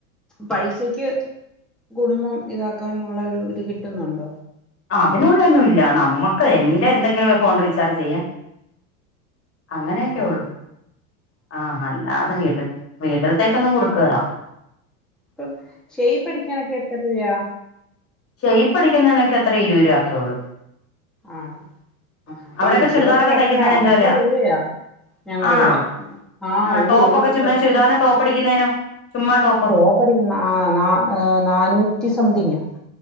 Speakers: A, in the centre; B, on the left.
A: പൈസക്ക് കുടുംബം ഇതാക്കാനുള്ള ഒരു ഇത് കിട്ട്ന്നുണ്ടോ
B: അതിനുള്ളെന്നും ഇല്ല നമ്മക്ക് എന്റെ എന്തെങ്കിലൊര് ഫോൺ റീചാർജെയ്യാ അങ്ങനെയൊക്കെള്ളൂ
A: ആഹ് അങ്ങനെ
B: ആഹ് അല്ലാതെ വീട്ട് വീട്ടിലത്തേക്കൊന്നും കൊടുക്കേലാ
A: പ്പം ഷെയ്പടിക്കാനൊക്കെ എത്ര രൂപയാ
B: ഷെയ്പടിക്കുന്നതിനൊക്കെ എത്രേ ഇരുപത് രൂപ അത്രേള്ളൂ
A: ആണോ
B: ആഹ് അവിടെയൊക്കെ
A: അയ്യോ ഇവിടൊക്കെ
B: ചുരിദാറൊക്കെ
A: അത്ര
B: തയ്ക്കുന്നതിന്
A: അമ്പത്
B: എന്താ വെല
A: രൂപയാ ഞങ്ങടെ
B: ആണോ
A: ഇവിടെ
B: ആഹ്
A: ഒരു
B: ടോപ്പൊക്കെ
A: ഒരു
B: ചുമ്മാ
A: ഡ്രസ്
B: ചുരിദാറിന്റെ ടോപ്പ് അടിക്കുന്നേനോ ചുമ്മാ ടോപ്പ്
A: ടോപ്പടിക്കുന്നതിന് ആഹ് ഏ നാനൂറ്റി സംതിങ്ങാ